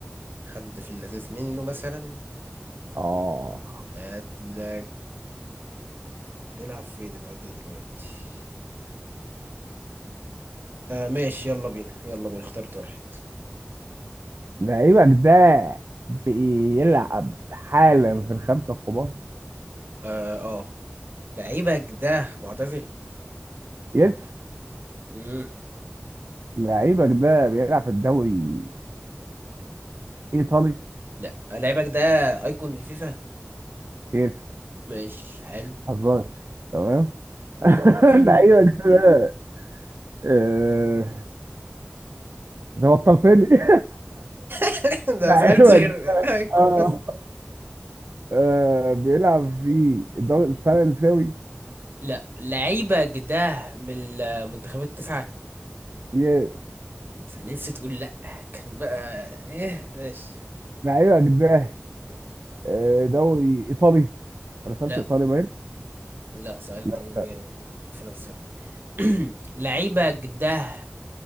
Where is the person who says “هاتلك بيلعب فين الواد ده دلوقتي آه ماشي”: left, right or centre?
Right